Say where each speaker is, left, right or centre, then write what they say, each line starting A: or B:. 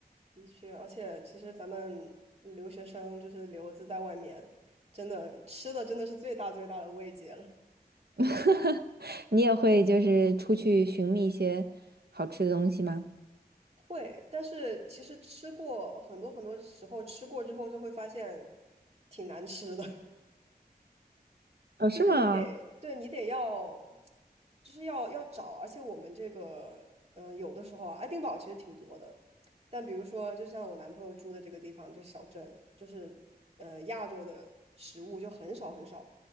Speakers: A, on the right (about 40°); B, on the right (about 75°).
A: 的确，而且其实咱们留学生就是留子在外面，真的吃的真的是最大最大的慰藉了。
B: <laughs> 哈哈，你也会就是出去寻觅一些好吃的东西吗？
A: 会，但是其实吃过很多很多时候，吃过之后就会发现挺难吃的。
B: 哦，
A: 就是你得，
B: 是吗？
A: 对你得要，就是要要找，而且我们这个，嗯、有的时候啊，爱丁堡其实挺多的，但比如说，就像我男朋友住的这个地方，就小镇，就是，呃，亚洲的食物就很少很少，